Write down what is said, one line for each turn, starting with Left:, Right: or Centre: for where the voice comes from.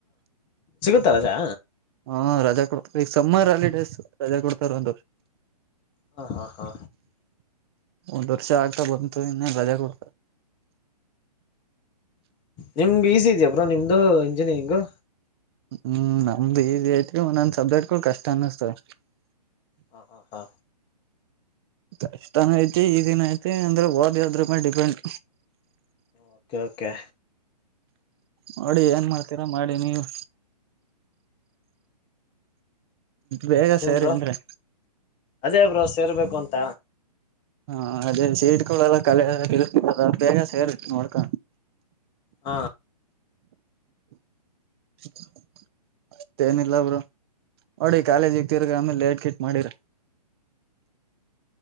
Left: ಸಿಗುತ ರಜಾ?
Right: ಹಾ ರಜಾ ಕೊಡ್ತಾರ ಈಗ ಸಮ್ಮರ್ ಅಲಿಡೇಸ್ ರಜಾ ಕೊಡ್ತಾರ ಒಂದುಷ
Left: ಹಾ ಹಾ ಹಾ
Right: ಒಂದ್ ವರ್ಷ ಆಗ್ತಾ ಬಂತು ಇನ್ನ ರಜೆ ಕೊಡ್ತಾರೆ
Left: ನಿಮ ಈಸಿ ಇದ್ಯ ಬ್ರ ನಿಮ್ದು ಇಂಜಿನಿಯರಿಂಗು,
Right: ಹ್ಮ್ ನಮ್ದ ಐತಿ ನನ್ ಸಬ್ಜಕ್ಟ್ ಕಷ್ಟ ಅನ್ನಿಸ್ತವ.
Left: ಹ ಹಾ ಹಾ
Right: ಕಷ್ಟಾನ ಐತಿ ಈ ದಿನ ಐತಿ ಅಂದ್ರೆ ವೋದಿದ್ರ ಮೇಲೆ ಡಿಪೆಂಡ್.
Left: ಒಕೆ ಒಕೆ
Right: ನೋಡಿ ಏನ್ ಮಾಡ್ತೀರಾ ಮಾಡಿ ನೀವು. ಬೇಗ
Left: ಇನ್ನೇನ್
Right: ಸೇರಿ
Left: ಬ್ರೋ
Right: ಅಂದ್ರೆ
Left: ಅದೇ ಬ್ರೋ ಸೇರ್ಬೇಕು ಅಂತ.
Right: ಹಾ ಅದೇ ಸೇಡ್ಕಳಲ್ಲ ಕಳ ಬೇಗ ಸೇರಿ ನೋಡ್ಕ
Left: ಹಾ
Right: <unintelligible> ಅಷ್ಟೇಏನಿಲ್ಲ ಬ್ರೋ ನೋಡಿ ಕಾಲೇಜ್ಗ್ <unintelligible> ಆಮೇಲ್ ಲೇಟ್ ಗಿಟ್ ಮಾಡಿರ
Left: <inaudible>